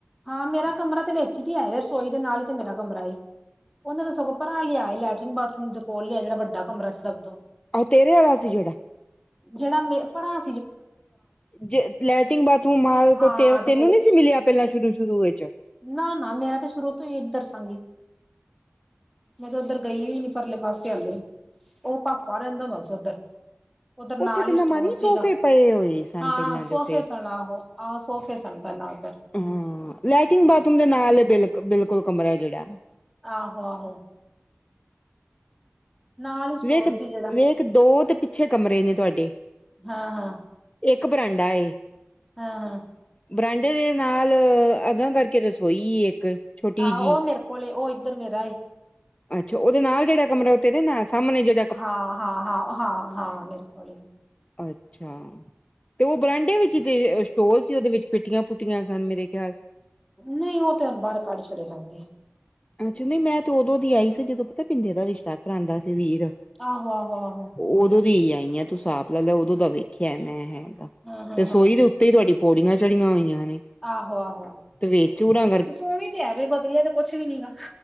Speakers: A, in the centre; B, on the left (about 30°).
A: ਹਾਂ, ਮੇਰਾ ਕਮਰਾ 'ਤੇ ਵਿੱਚ ਈ 'ਤੇ ਹੈ ਵੇ, ਰਸੋਈ ਦੇ ਨਾਲ ਈ 'ਤੇ ਮੇਰਾ ਕਮਰਾ ਏ। ਉਨਾ ਤਾਂ ਸਗੋਂ ਪਰਾਂ ਲੇਆ ਏ, ਲੈਟ੍ਰਿਨ ਬਾਥਰੂਮ ਦੇ ਕੋਲ ਲੇਆ, ਜੇੜਾ ਵੱਡਾ ਕਮਰਾ ਸੀ ਸਭ ਤੋਂ।
B: ਆਹ, ਤੇਰੇ ਆਲਾ ਸੀ ਜੇੜਾ।
A: ਜਿਹੜਾ ਮੇ ਪਰ੍ਹਾ
B: ਜੇ ਲੈਟ੍ਰਿਨ ਬਾਥਰੂਮ ਮਾਲ
A: ਹਾਂ
B: ਕੋ ਤੈਨੂੰ
A: ਤੇ
B: ਨੀ ਸੀ ਮਿਲਿਆ ਪੈਲਾਂ ਸ਼ੁਰੂ- ਸ਼ੁਰੂ ਵਿੱਚ।
A: ਨਾ-ਨਾ, ਮੇਰਾ ਤਾਂ ਸ਼ੁਰੂ ਤੋਂ ਈ ਇਧਰ ਸਾਂਗੀੇ। ਮੈਂ ਤੇ ਓੱਧਰ ਗਈ ਈ ਨੀ, ਪਰਲੇ ਪਾਸੇ ਹਾਲੇ। ਓ ਭਾਪਾ ਰੈਂਦਾ ਬਸ ਓੱਧਰ। ਓੱਧਰ ਨਾਲ
B: ਉੱਥੇ ਪਹਿਲਾਂ
A: ਈ ਸਟੋਰ
B: ਮਾਨੀ
A: ਸੀਗਾ।
B: ਸੋਫੇ ਪਏ ਹੋਏ ਸਨ
A: ਹਾਂ,
B: ਪਹਿਲਾਂ ਦੇ
A: ਸੋਫੇ
B: ਉੱਤੇ
A: ਸਨ ਆਹੋ। ਆਹੋ, ਸੋਫੇ ਸਨ ਪੈਲਾਂ ਉੱਦਰ।
B: ਹਾਂ, ਲੈਟਿਨ-ਬਾਥਰੂਮ ਦੇ ਨਾਲ ਏ ਬਿਲ- ਬਿਲਕੁਲ ਕਮਰਾ ਜੇੜਾ।
A: ਆਹੋ-ਆਹੋ। ਨਾਲ ਹੀ ਸਟੋਰ
B: ਵੇਖ,
A: ਸੀ ਜਿਹੜਾ
B: ਵੇਖ ਦੋ 'ਤੇ ਪਿੱਛੇ ਕਮਰੇ ਨੇ ਤੁਹਾਡੇ।
A: ਹਾਂ ਹਾਂ
B: ਇੱਕ ਬ੍ਰਾਂਡਾ ਏ।
A: ਹਾਂ-ਹਾਂ।
B: ਬਰਾਂਡੇ ਦੇ ਨਾਲ ਅੱਗਾਂ ਕਰਕੇ ਰਸੋਈ ਏ ਇੱਕ। ਛੋਟੀ
A: ਆਹੋ
B: ਜਿਹੀ
A: ਉਹ ਮੇਰੇ ਕੋਲ ਏ, ਉਹ ਇੱਦਰ ਮੇਰਾ ਏ।
B: ਅੱਛਾ, ਓਦੇ ਨਾਲ ਜੇੜਾ ਕਮਰਾ ਓ ਤੇਰੇ ਨਾ, ਸਾਮਣੇ ਜੇ
A: ਹਾਂ-ਹਾਂ-ਹਾਂ-ਹਾਂ-ਹਾਂ, ਮੇਰੇ ਕੋਲ ਏ।
B: ਅੱਛਾ, 'ਤੇ ਉਹ ਬਰਾਂਡੇ ਵਿੱਚ ਜਿਦੇ ਸਟੋਲ ਸੀ ਉਦੇ ਵਿੱਚ ਪੇਟੀਆਂ ਪੁੱਟੀਆਂ ਸਨ, ਮੇਰੇ ਖਿਆਲ।
A: ਨਈ, ਉਹ ਤੇ ਹੁਨ ਬਾਰ ਕੱਢ ਛਡੇ ਜਾਨਗੇ।
B: ਅੱਛਾ, ਨਈ ਮੈਂ ਤੇ ਉਦੋਂ ਦੀ ਆਈ ਸੀ, ਜਦੋਂ ਪਤੈ, ਪਿੰਦੇ ਦਾ ਰਿਸ਼ਤਾ ਕਰਾਂਦਾ ਸੀ ਵੀਰ।
A: ਆਹੋ ਆਹੋ ਆਹੋ
B: ਓਦੋਂ
A: ਆਹੋ
B: ਦੀ ਆਈ ਆ, ਤੂੰ ਹਿਸਾਬ ਲਾ ਲੈ, ਓਦੋਂ ਦਾ ਵੇਖਿਆ ਮੈਂ ਹੈਗਾ।
A: ਹਾਂ ਹਾਂ
B: ਰਸੋਈ
A: ਹਾਂ
B: ਦੇ ਉੱਤੇ ਈ ਤੁਹਾਡੀ ਪੌੜੀਆਂ ਚੜੀਆਂ ਹੋਈਆਂ ਨੇ,
A: ਆਹੋ ਆਹੋ
B: ਤੇ ਵਿਚ ਉਰਾਂ
A: ਬਸ ਓਵੇਂ ਤੇ ਹੈ ਵੇ, ਬਦਲਿਆ ਤੇ ਕੁਛ ਵੀ ਨੀ ਗਾ,